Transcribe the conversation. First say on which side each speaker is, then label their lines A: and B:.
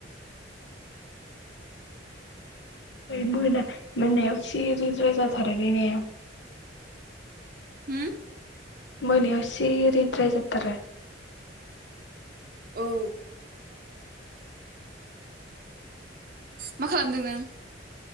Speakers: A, on the left; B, on the right.
A: ओय मोना मोनायाव सिरिद्राय जाथारो बे ने?
B: होम?
A: मोनायाव सिरिद्राय जाथारो
B: औ मा खालामदों नों?